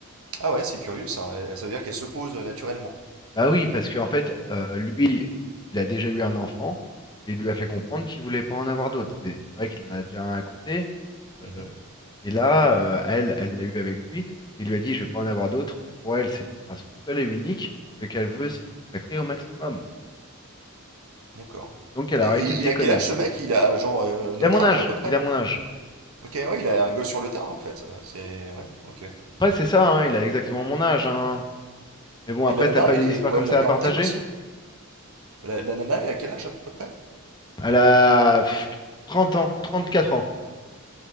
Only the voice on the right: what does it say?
Ah ouais, c'est curieux, ça. Euh, Ça veut dire qu'elle se pose euh, naturellement.
Mhm.
D'accord.
Et
il,
il a quel âge, ce mec? Il a, genre, euh, notre
âge,
à peu près?
Ok, ouais, il a un gosse sur le tard, en fait. Euh, C'est... Ouais, ok.
Et
la nana,
elle
est
quoi,
la quarantaine
aussi? La, la nana, elle a quel âge à peu près?